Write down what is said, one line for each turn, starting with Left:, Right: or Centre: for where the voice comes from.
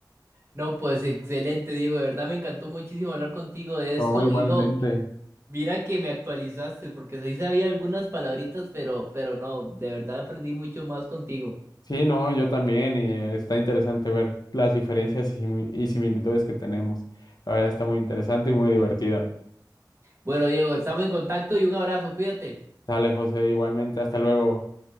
Right: No, pues excelente, Diego. De verdad me encantó muchísimo hablar contigo de
Left: No,
Right: esto.
Left: igualmente.
Right: Y no, mira que me actualizaste, porque sí sabía algunas palabritas, pero, pero no, de verdad aprendí mucho más contigo.
Left: Sí, no, yo también, y eh, está interesante ver las diferencias y simi- y similitudes que tenemos. La verdad está muy interesante y muy divertido.
Right: Bueno, Diego, estamos en contacto y un abrazo, cuídate.
Left: Sale, José, igualmente, hasta luego.